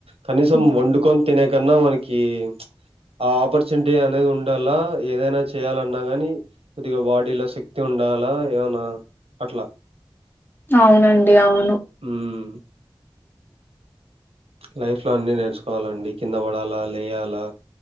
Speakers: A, on the right (about 85°); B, on the left (about 20°).
A: కనీసం
B: హ్మ్.
A: వండుకొని తినే కన్నా మనకి ఆ ఆపర్చునిటీ అనేది ఉండాలా ఏదైనా చేయాలన్నా గాని కొద్దిగా బాడీలో శక్తి ఉండాలా ఏమనా అట్లా
B: అవునండి అవును
A: మ్మ్ లైఫ్ లో అన్ని నేర్చుకోవాలండి కింద పడాలా లేయాలా